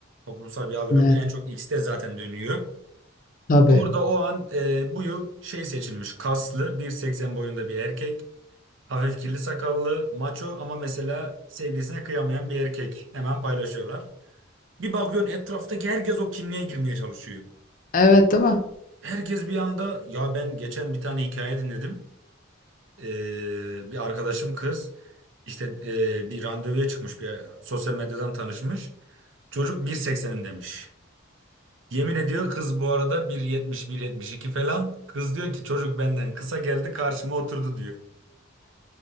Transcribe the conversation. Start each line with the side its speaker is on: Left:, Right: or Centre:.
Right: Toplumsal bir algı.
Left: Evet
Right: Bu en çok X'te zaten dönüyor.
Left: tabii.
Right: Orada o an e, bu yıl şey seçilmiş. Kaslı, 1.80 boyunda bir erkek. Hafif kirli sakallı, maço ama mesela sevgilisine kıyamayan bir erkek. Hemen paylaşıyorlar. Bir bakıyorsun etraftaki herkes o kimliğe girmeye çalışıyor.
Left: Evet değil mi?
Right: Herkes bir anda ya ben geçen bir tane hikaye dinledim. E, bir arkadaşım kız işte e, bir randevuya çıkmış bir sosyal medyadan tanışmış. Çocuk 1.80'im demiş. Yemin ediyor kız bu arada 171 iki falan. Kız diyor ki çocuk benden kısa geldi karşıma oturdu diyor.